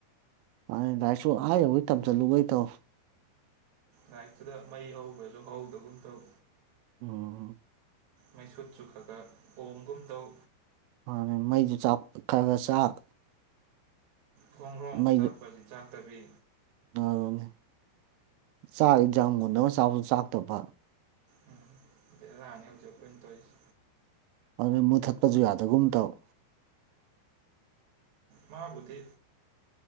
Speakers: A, on the right; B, on the right.
A: ꯃꯥꯅꯦ ꯂꯥꯢꯔꯤꯛꯁꯨ ꯑ ꯌꯧꯉꯩ ꯇꯝꯖꯟꯂꯨꯕ ꯇꯧ
B: ꯂꯥꯏꯔꯤꯛꯇꯨꯗ ꯃꯩ ꯍꯧꯕꯁꯨ ꯍꯧꯗꯒꯨꯝ ꯇꯧ
A: ꯎꯝ
B: ꯃꯩꯁꯨꯨꯠ ꯆꯨꯈ꯭ꯔꯒ ꯑꯣꯝꯒꯨꯝ ꯇꯧ
A: ꯑꯗꯨ ꯃꯩꯗꯨ ꯆꯥꯛ ꯈꯔ ꯈꯔ ꯆꯥꯛ
B: ꯒꯦꯡꯒꯔꯣꯡ
A: ꯃꯩꯁꯨ
B: ꯆꯥꯛꯄ ꯆꯥꯛꯇꯕꯤ
A: ꯑꯗꯨꯅꯦ ꯆꯥꯛ ꯌꯦꯖꯥꯡ ꯃꯨꯟꯅꯕ ꯆꯥꯕꯁꯨ ꯆꯥꯛꯇꯕ
B: ꯎꯝ ꯕꯦꯔꯥꯅꯤ ꯍꯧꯖꯤꯛ ꯑꯩꯈꯣꯢꯅ ꯇꯧꯔꯤꯁꯦ
A: ꯑꯗꯨꯅ ꯃꯨꯊꯠꯄꯁꯨ ꯌꯥꯗꯒꯨꯝ ꯇꯧ
B: ꯃꯥꯕꯨꯗꯤ